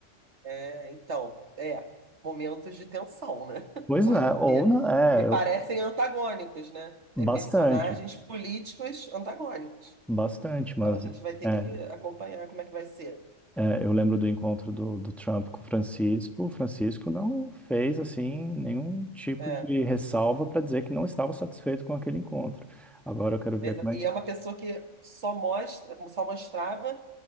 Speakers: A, on the right (about 60°); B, in the centre.
A: É, então, é, momentos de tensão, né? <laughs>
B: Pois
A: Porque
B: é, ou não, é,
A: me parecem
B: eu-
A: antagônicos, né?
B: bastante,
A: É, personagens políticos antagônicos.
B: bastante,
A: Então
B: mas
A: a gente vai ter
B: é,
A: que acompanhar como é que vai ser.
B: É, eu lembro do encontro do, do Trump com o Francisco. O Francisco não fez assim nenhum tipo
A: É,
B: de ressalva para dizer que não estava satisfeito com aquele encontro. Agora eu quero ver
A: beleza?
B: como é.
A: E é uma pessoa que só mostra, só mostrava